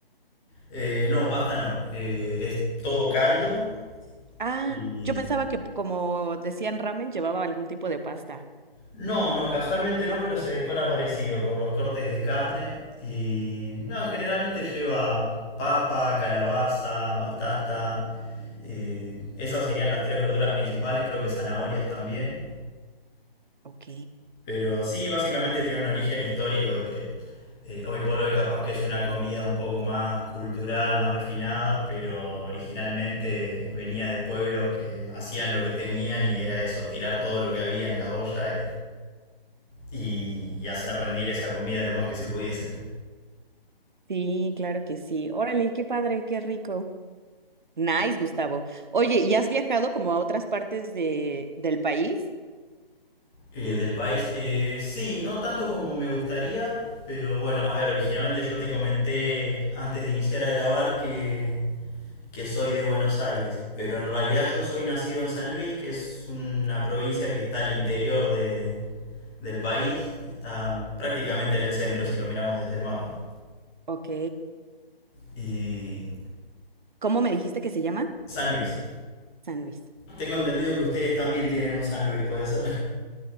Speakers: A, in the centre; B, on the right (about 50°).
A: Eh, no, pasta no. Eh, es todo caldo
B: Ah,
A: y...
B: yo pensaba que como decían ramen, llevaba algún tipo de pasta.
A: No, no, casualmente no, pero se decora parecido por los cortes de carne y... No, generalmente lleva papa, calabaza, batata. eh, esas serían las tres verduras principales, creo que zanahorias también.
B: Ok.
A: Pero sí, básicamente tiene un origen histórico de que eh, hoy por hoy capaz que es una comida un poco más cultural, más refinada, pero originalmente venía de pueblos que hacían lo que tenían y era eso, tirar todo lo que había en la olla y, y- y hacer rendir esa comida lo más que se pudiese.
B: Sí, claro que sí. Órale, qué padre, qué rico. Nice, Gustavo. Oye, ¿y has viajado como a otras partes de, del país?
A: Eh, del país, eh, sí, no tanto como me gustaría, pero bueno, a ver, originalmente yo te comenté antes de iniciar a grabar que que soy de Buenos Aires, pero en realidad yo soy nacido en San Luis, que es una provincia que está al interior de, del país, está prácticamente en el centro si lo miramos desde el mapa.
B: Ok.
A: Y
B: ¿Cómo me dijiste que se llama?
A: San Luis.
B: San Luis.
A: Tengo entendido que ustedes también tienen un San Luis, ¿puede ser?